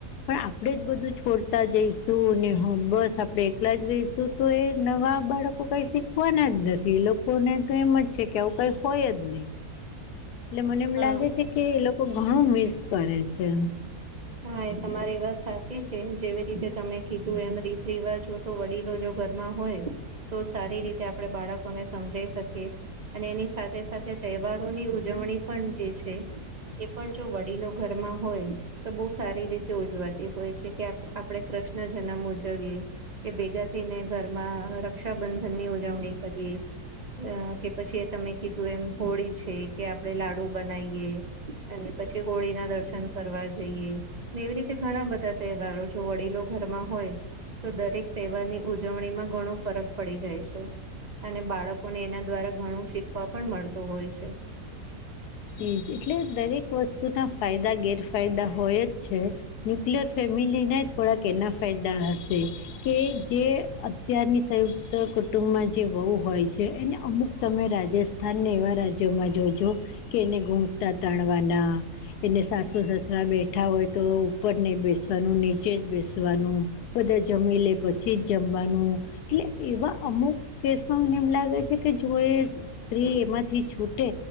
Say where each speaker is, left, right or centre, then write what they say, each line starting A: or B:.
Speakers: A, on the left (about 80°); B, on the right (about 45°).
A: પણ આપણેે જ બધું છોડતા જઈશું ને હ બસ આપણે એકલા જ રહીશું તો એ નવા બાળકો કઈ શીખવાના જ નથી એલોકોને તો એમ જ છે કે આવું કઈ હોય જ નહી. એટલે મને એમ
B: અ
A: લાગે છે કે એ લોકો ઘણું મિસ કરે છે.
B: હા એ તમારી વાત સાચી છે જેવી રીતે તમે કીધું એમ રીત રિવાજો તો વડીલો જો ઘરમાં હોય તો સારી રીતે આપણે બાળકોને સમજાઈ શકીએ. અને એની સાથે સાથે તહેવારોની ઉજવણી પણ જે છે એ પણ જો વડીલો ઘરમાં હોય તો બહુ સારી રીતે ઉજવાતી હોય છે કે આપણે કૃષ્ણ જન્મ ઉજવીએ. કે ભેગા થઈને ઘરમાં રક્ષાબંધન ની ઉજવણી કરીએ. કે પછી એ તમે કીધું એમ હોળી છે કે આપણે લાડુ બનાઈએ અને પછી હોળી ના દર્શન કરવા જઈએ ને એવી રીતે ઘણા બધા તહેવારો જો વડીલો ઘરમાં હોય તો દરેક તહેવારની ઉજવણીમાં ઘણો ફરક પડી જાય છે. અને બાળકોને એના દ્વારા ઘણું શીખવા પણ મળતું હોય છે.
A: એજ એટલે દરેક વસ્તુના ફાયદા ગેરફાયદા હોય જ છે. ન્યુક્લિયર ફેમિલી ને થોડાક એના ફાયદા હશે. કે જે અત્યારની સંયુક્ત કુટુંબમાં જે વહુ હોય છે એને અમુક તમે રાજસ્ થાન ને એવા રાજ્યોમાં જોજો કે એને ગૂઘતા તાણવાના એને સાસુ સસરા બેઠા હોય તો ઉપર નય બેસવાનું નીચે જ બેસવાનું. બધા જમી લે પછી જ જમવાનું. એટલે એવા અમુક કેસમાં મને એમ લાગે છે કે જો એ સ્ત્રી એમાંથી છૂટે